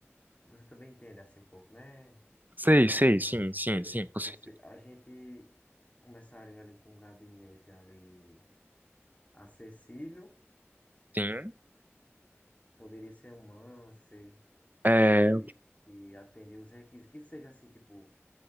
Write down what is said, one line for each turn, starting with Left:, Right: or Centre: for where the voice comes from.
Left: você também entende assim um pouco, né?
Right: Sei,
Left: Com
Right: sei,
Left: certeza,
Right: sim,
Left: né?
Right: sim,
Left: Beleza.
Right: sim, com
Left: Você,
Right: certeza.
Left: a gente começaria ali com um gabinete ali acessível.
Right: Sim.
Left: Poderia ser um Mancer,
Right: É
Left: poderia e atender os requisitos, que seja assim, tipo,